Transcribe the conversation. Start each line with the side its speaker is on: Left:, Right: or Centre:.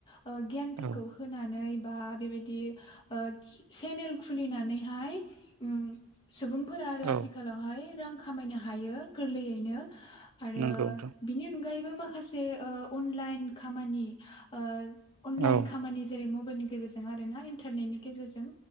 Left: ओ गियान फोरखौ
Right: औ
Left: होनानै बा बेबायदि ओ से सेनेल खुलिनानैहाय उम सुबुंफोरा आरो
Right: औ
Left: आथिखालावहाय रां खामायनो हायो गोरलैयैनो।। आरो
Right: नंगौ नोंथां
Left: बिनि अ नगायैबो माखासे ओ अनलाइन खामानि ओ अनलाइन
Right: औ।
Left: खामानि जेरै मबाइलनि गेजेरजों आरो ना इन्थारनेटनि गेजेरजों